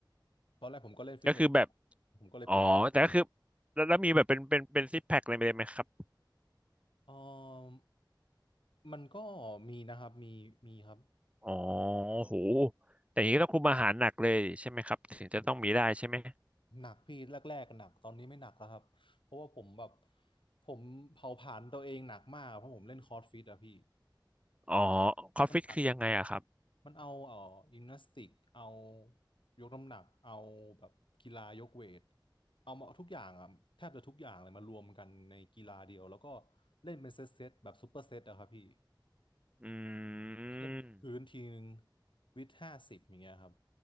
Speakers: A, on the left; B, on the right.
A: ตอนแรกผมก็เล่นฟิตเนส
B: ก็คือแบบ
A: ผมก็เลยเปลี่ยนไป
B: อ๋อแต่ก็คือแล้วแล้วมีแบบเป็นเป็นเป็นซิกแพคอะไรไปเลยไหมครับ
A: เออมันก็มีนะครับ มี มีครับ
B: อ๋อโหแต่อย่างนี้ต้องคุมอาหารหนักเลยใช่ไหมครับถึงจะต้องมีได้ใช่ไหม
A: หนักพี่แรกๆหนักตอนนี้ไม่หนักแล้วครับเพราะว่าผมแบบผมเผาผลาญตัวเองหนักมากเพราะผมเล่นคอร์สฟิตอะพี่
B: อ๋อคอฟฟิตคือยังไงอะครับ
A: มันแบบมันเอาเอ่อยิมนาสติก เอายกน้ำหนัก เอาแบบกีฬายกเวท เอามาทุกอย่างอ่ะแทบจะทุกอย่างเลยมารวมกันในกีฬาเดียวแล้วก็เล่นเป็นเซตเซตแบบซูเปอร์เซตอะครับพี่
B: อืม
A: เช่นพื้นทีนึงวิดห้าสิบอย่างเงี้ยครับ